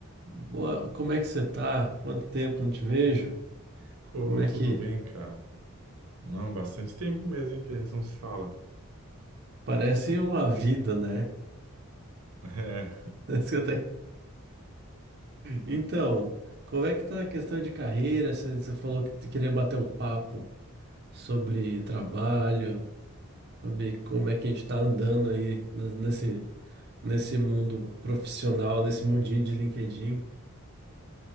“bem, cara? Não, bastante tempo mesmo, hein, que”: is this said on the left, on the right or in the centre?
Right